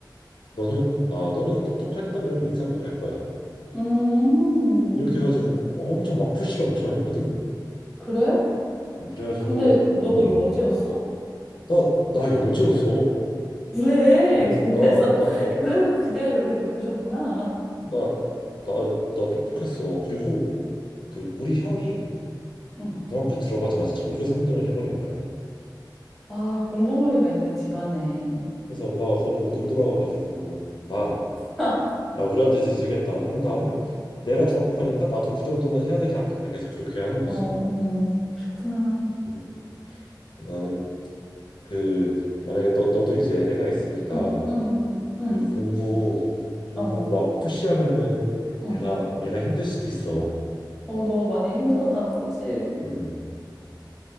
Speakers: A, on the left; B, in the centre.
A: 너는 아 너는 똑똑하니까 너는 민사고 갈 거야.
B: 음,
A: 이렇게 해가지고 엄청 막 푸시를 엄청 했거든.
B: 그래?
A: 어, 그래가지고
B: 근데 너
A: 어,
B: 영재였어?
A: 나나 영재였어.
B: 그래.
A: 어,
B: 그래서,
A: 나 나
B: <laughs> 그래서 기대가 그렇게 높으셨구나.
A: 나 나 나 똑똑했어. 그리고 그 우리 형이
B: 응.
A: 중학교 들어가자마자 전교 3등을 해버린 거야.
B: 아, 공부머리가 있네, 집안에.
A: 그래서 엄마가 그거 보고 눈 돌아가가지고 아,
B: <laughs>
A: 아 우리 아들 이제 되겠다 한 다음에 내가 중학교 가니까 나도 그 정도는 해야 되지 않겠냐 계속 그렇게 하는 거지.
B: 어, 어, 그랬구나.
A: 음, 나는 그 만약에 너 너도 이제 애가 있으니까
B: 응, 응,
A: 그
B: 응,
A: 공부 공부
B: 어,
A: 막 푸시하면은
B: 응.
A: 애가 애가 힘들 수도 있어.
B: 어, 너 많이 힘들었다는 거지?
A: 음.